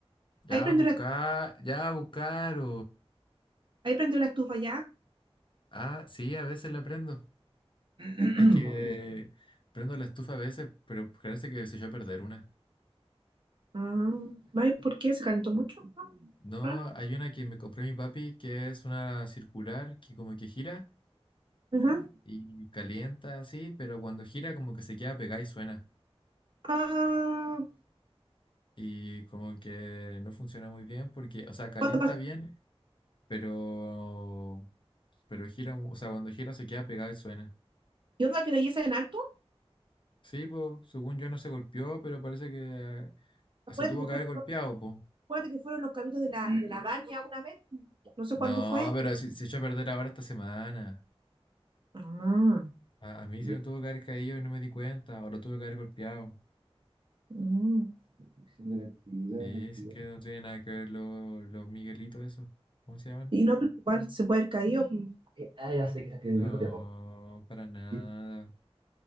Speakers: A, on the left; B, on the right.
A: ya
B: Ahí prendió
A: buscar,
B: la,
A: ya buscaro.
B: ahí prendió la estufa ya.
A: Ah, sí, a veces la prendo.
B: <clears throat>
A: Es que prendo la estufa a veces, pero parece que se echó a perder una.
B: Ah, vaya, ¿por qué? ¿Se calentó mucho? Ah,
A: No,
B: raro.
A: hay una que me compró mi papi que es una circular que como que gira
B: Ajá.
A: y calienta así, pero cuando gira como que se queda pegada y suena.
B: Ah,
A: Y como que no funciona muy bien porque, o sea, calienta
B: cuando pasó-
A: bien, pero, pero gira, mu- o sea, cuando gira se queda pegada y suena.
B: ¿y onda que la hice en alto?
A: Sí, pues, según yo no se golpeó, pero parece que ah,
B: Acuérdate
A: se tuvo
B: que
A: que
B: fueron,
A: haber golpeado, pues.
B: acuérdate que fueron los cabritos de la, de la Vania una vez. No sé cuándo
A: No,
B: fue.
A: pero si se echó a perder ahora esta semana.
B: Ah,
A: A, a mí
B: Ya.
A: se me tuvo que haber caído y no me di cuenta, o lo tuve que haber golpeado.
B: mm. Descripción de la actividad,
A: Sí,
B: la actividad.
A: sí que no tiene nada que ver lo- los Miguelitos, esos ¿Cómo se llaman?
B: Y no, pero igual se puede haber caído. pues. Eh, ah, ya sé que se quedó
A: No,
B: copiado.
A: para nada.
B: Sí,